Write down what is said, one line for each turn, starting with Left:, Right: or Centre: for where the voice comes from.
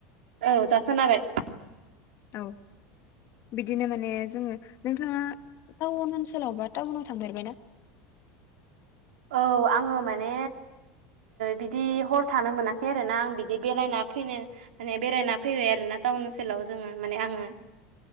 Right: औ दा खोनाबाय।
Left: औ बिदिनो माने जोङो नोंथाङा टाउन ओनसोलाव बा टाउनाव थांफेरबाय ना
Right: औ आङो माने बिदि हर थानो मोनाखै आरोोना आं बिदि बेरायना फैनो माने बेरायना फैबाय आरोोना टाउन ओनसोलाव जोङो माने आङो